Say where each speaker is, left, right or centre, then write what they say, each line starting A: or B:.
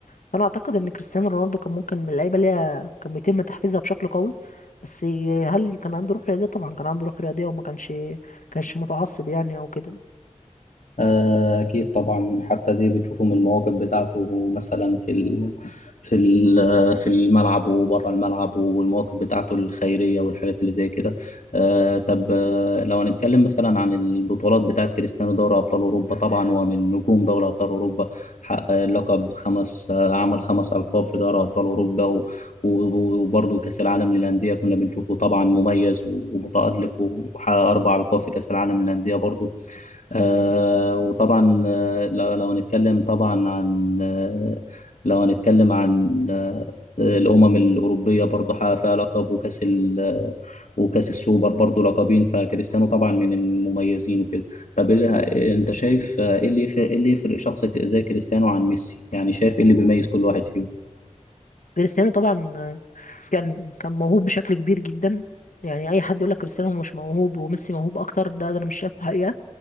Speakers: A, on the left; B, on the left.
A: فانا اعتقد ان كريستيانو رونالدو كان ممكن من اللعيبة ليها كان بيتم تحفيزها بشكل قوي بس هل كان عنده روح رياضية طبعا كان عنده روح رياضية وما كانش كانش متعصب يعني او كده
B: آه، أكيد طبعا حتى دي بتشوفوا من المواقف بتاعته مثلا في ال في ال في الملعب وبره الملعب والمواقف بتاعته الخيرية والحاجات اللي زي كده آه، طب آه، لو هنتكلم مثلا عن البطولات بتاعة كريستيانو دوري أبطال أوروبا طبعا هو من نجوم دوري أبطال أوروبا حقق لقب خمس آه، عمل خمس ألقاب في دوري أبطال أوروبا و- و- وبرضه كأس العالم للأندية كنا بنشوفه طبعا مميز ومتألق وحقق أربع ألقاب في كأس العالم للأندية برضه آه، وطبعا آه، لو لو هنتكلم طبعا عن آه، لو هنتكلم عن آه، الأمم الأوروبية برضه حقق فيها لقب وكأس ال آه، وكأس السوبر برضه لقبين فكريستيانو طبعا من المميزين وكده طب إيه اللي- أنت شايف آه، إيه اللي يفرق- إيه اللي يفرق شخص زي كريستيانو عن ميسي يعني شايف إيه اللي بيميز كل واحد فيهم
A: كريستيانو طبعا آه، كان كان موهوب بشكل كبير جدا يعني اي حد يقول لك كريستيانو مش موهوب وميسي موهوب اكتر ده, ده انا مش شايفه حقيقه